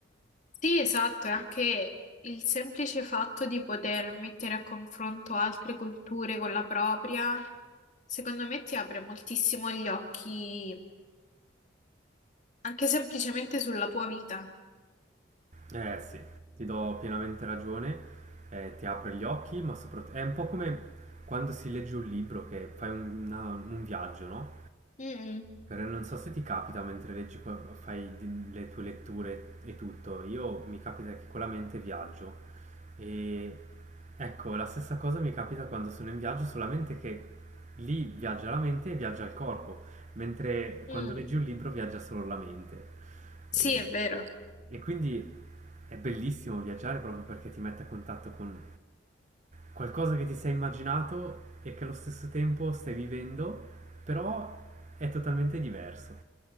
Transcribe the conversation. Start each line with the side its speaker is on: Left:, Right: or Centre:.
Left: Sì, esatto, e anche il semplice fatto di poter mettere a confronto altre culture con la propria, secondo me ti apre moltissimo gli occhi, anche semplicemente sulla tua vita.
Right: Eh sì. Ti do pienamente ragione, eh, ti apre gli occhi, ma soprattutto è un po' come quando si legge un libro che fai un, una- un viaggio, no?
Left: Mm,
Right: Però non so se ti capita mentre leggi, que- fai di- le tue letture e tutto. Io mi capita che con la mente viaggio e ecco, la stessa cosa mi capita quando sono in viaggio, solamente che lì viaggia la mente e viaggia il corpo, mentre
Left: mm.
Right: quando leggi un libro viaggia solo la mente.
Left: Sì,
Right: E,
Left: è vero,
Right: e quindi è bellissimo viaggiare proprio perché ti mette a contatto con Qualcosa che ti sei immaginato e che allo stesso tempo stai vivendo, però è totalmente diverso.